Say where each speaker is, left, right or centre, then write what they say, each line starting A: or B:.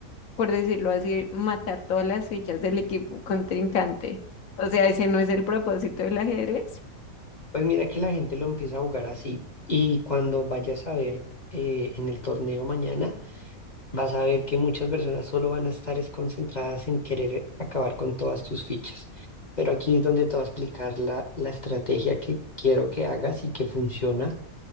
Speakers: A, on the left; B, on the left.
A: por decirlo así, matar todas las fichas del equipo contrincante. O sea, ese no es el propósito del ajedrez,
B: Pues mira que la gente lo empieza a jugar así y cuando vayas a ver eh, en el torneo mañana, vas a ver que muchas personas solo van a estar es concentradas en querer acabar con todas tus fichas. Pero aquí es donde te voy a explicar la, la estrategia que quiero que hagas y que funciona